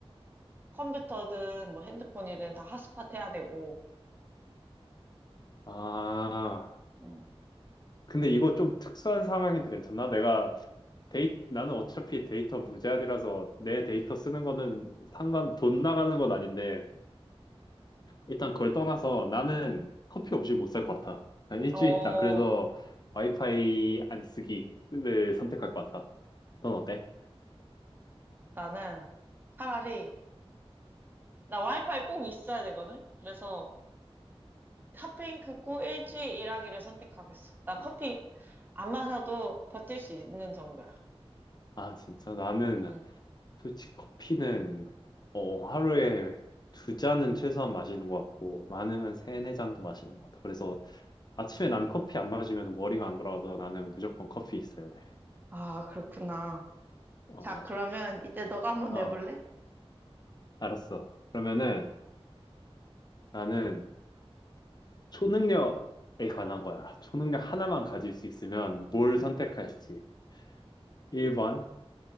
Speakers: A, on the right; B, on the left.
A: 컴퓨터든 뭐 핸드폰이든 다 핫스팟 해야 되고.
B: 아,
A: 응.
B: 근데 이거 좀 특수한 상황인데 괜찮나? 내가 데이, 나는 어차피 데이터 무제한이라서 내 데이터 쓰는 거는 상관, 돈 나가는 건 아닌데, 일단 그걸 떠나서 나는 커피 없이 못 살 것 같아. 난 일주일
A: 어,
B: 있다. 그래서 와이파이 안 쓰기를 선택할 것 같아. 넌 어때?
A: 나는 차라리, 나 와이파이 꼭 있어야 되거든? 그래서 핫핑크 고 일주일 일하기를 선택하겠어. 난 커피 안 마셔도 버틸 수 있는 정도야.
B: 아, 진짜 나는
A: 응.
B: 솔직히 커피는 어, 하루에 두 잔은 최소한 마시는 것 같고 많으면 세네 잔도 마시는 것 같아. 그래서 아침에 난 커피 안 마시면 머리가 안 돌아가서 나는 무조건 커피 있어야 돼.
A: 아, 그렇구나.
B: 어,
A: 자,
B: 맞아.
A: 그러면 이제 너가 한번
B: 어,
A: 내볼래?
B: 알았어. 그러면은 나는 초능력에 관한 거야. 초능력 하나만 가질 수 있으면 뭘
A: 응.
B: 선택할지. 1번,